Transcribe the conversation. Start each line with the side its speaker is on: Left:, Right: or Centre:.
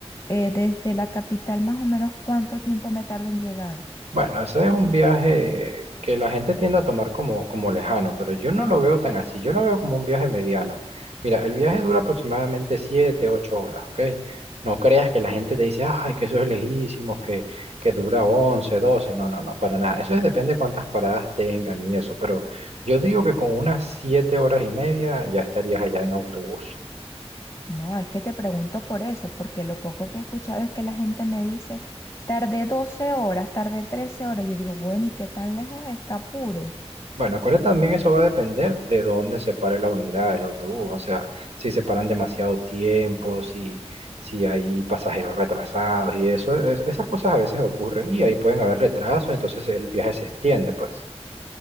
Left: eh, desde la capital más o menos, ¿cuánto tiempo me tardo en llegar?
Right: Bueno, ese es un viaje que la gente tiende a tomar como, como lejano, pero yo no lo veo tan así, yo lo veo como un viaje mediano. Mira, el viaje dura aproximadamente 7 8 horas, ¿ok? No creas que la gente te dice, ay, que eso es lejísimo, que, que dura 11 12, no, no, no, para nada. Eso es- depende de cuántas paradas tengan y eso, pero yo digo que con unas 7 horas y media ya estarías allá en autobús.
Left: No, es que te pregunto por eso, porque lo poco que he escuchado es que la gente me dice, tardé 12 horas, tardé 13 horas. Yo digo, bueno, ¿y qué tan lejos está Apure?
Right: Bueno, acuérdate también eso va a depender de dónde se pare la unidad, el autobús. O sea, si se paran demasiado tiempo, si, si hay pasajeros retrasados y eso, es- esas cosas a veces ocurren y ahí pueden haber retrasos, entonces el viaje se extiende, pues,